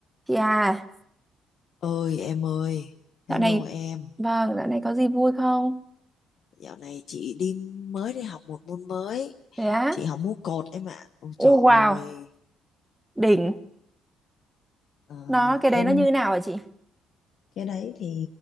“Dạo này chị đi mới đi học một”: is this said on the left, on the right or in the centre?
Left